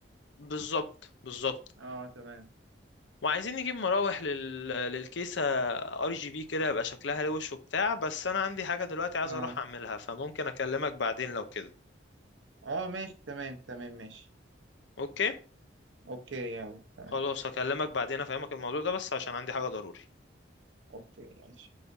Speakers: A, on the left; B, on the right.
A: بالظبط بالظبط
B: اه تمام
A: وعايزين نجيب مراوح لل... للكيسة ار جي بي كده يبقى شكلها روش وبتاع بس أنا عندي حاجة دلوقتي عايز
B: اه
A: أروح أعملها فممكن أكلمك بعدين لو كده
B: اه ماشي تمام تمام ماشي
A: أوكي
B: اوكي يلا تمام
A: خلاص هكلمك بعدين أفهمك الموضوع ده بس عشان عندي حاجة ضروري
B: اوكي ماشي